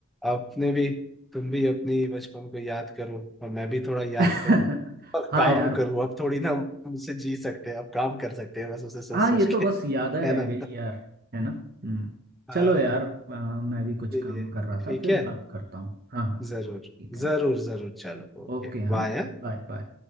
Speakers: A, in the centre; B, on the right.
A: अपने भी तुम भी अपनी बचपन को याद करो और मैं भी थोड़ा याद
B: <laughs>
A: करूँ और
B: हाँ
A: काम
B: यार
A: करूँ अब थोड़ी ना हम उसे जी सकते हैं अब काम कर सकते हैं बस उसे सोच
B: हाँ
A: सोच
B: ये तो
A: के
B: बस यादें रह
A: है ना
B: गई यार है ना हम्म
A: हाँ
B: चलो यार आ, मैं भी
A: इसीलिए
B: कुछ काम कर रहा
A: ठीक
B: था फिर
A: है
B: बात करता हूँ हाँ हाँ
A: जरूर
B: ठीक है
A: जरूर जरूर चलो ओके
B: ओके
A: बाय
B: हाँ Bye bye